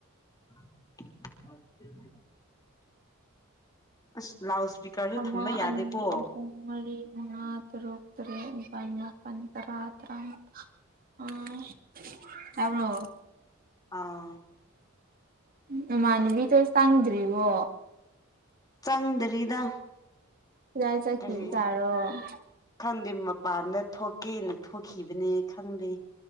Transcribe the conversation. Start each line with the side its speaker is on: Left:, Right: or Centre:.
Left: <inaudible> ꯑꯁ ꯂꯥꯎ ꯏꯁꯄꯤꯀꯔꯁꯨ
Right: ꯑꯃ
Left: ꯊꯝꯕ ꯌꯥꯗꯦꯀꯣ
Right: ꯑꯅꯤ ꯑꯍꯨꯝ ꯃꯔꯤ ꯃꯉꯥ ꯇꯔꯨꯛ ꯇꯔꯦꯠ ꯅꯤꯄꯥꯜ ꯃꯥꯄꯟ ꯇꯔꯥ ꯇꯔꯥꯃ <unintelligible> ꯇꯥꯕꯔꯣ
Left: ꯑꯥ
Right: ꯅꯥꯃꯥꯟꯅꯕꯤꯗꯣ ꯆꯪꯗ꯭ꯔꯤꯕꯣ
Left: ꯆꯪꯗ꯭ꯔꯤꯗ
Right: <unintelligible>
Left: ꯀꯔꯤ ꯈꯪꯗꯦ ꯃꯄꯥꯟꯗ ꯊꯣꯛꯀꯦꯅ ꯊꯣꯛꯈꯤꯕꯅꯦ ꯈꯪꯗꯦ